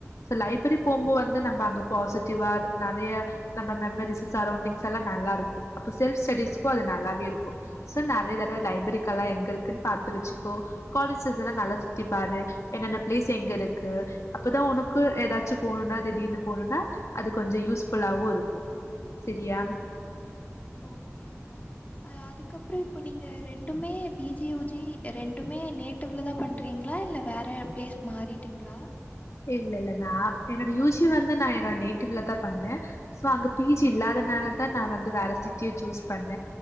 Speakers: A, on the left; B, on the left.
A: சோ லைப்ரி போம்போது வந்து நம்ப அங்க பாசிட்டிவா அது நெறய நம்ம மெம்மரிசு சரௌண்டிங்ஸ்ஸெல்லா நல்லாருக்கு அப்ப செல்ஃப் ஸ்டடிஸ்க்கு அது நல்லாவே இருக்கு சோ நெறைய தடவ லைப்ரரிக்கல்லா எங்க இருக்குன்னு பாத்து வச்சிக்கோ காலேஜஸ்லா நல்லா சுத்தி பாரு என்னென்ன ப்ளேஸ் எங்கருக்கு அப்பதா ஒனக்கு எதாச்சு போணும்னா திடீர்னு போணும்னா அது கொஞ்சோ யூஸ்ஃபுல்லாவு இருக்கு செரியா
B: ஓகே அக்கா அ அதுக்கப்புற இப்ப நீங்க ரெண்டுமே பீ ஜி யூ ஜி ரெண்டுமே நே டிவ்ல தா பண்றீங்களா இல்ல வேற ப்ளேஸ் மாறிட்டீங்ளா
A: இல்ல இல்ல நா என்னோட யூ ஜி வந்து நா என்னோட நேட்டிவ்ல தா பண்ணே சோ அங்க பீ ஜி இல்லாதனாலதா நா வந்து வேற சிட்டிய சூஸ் பண்ண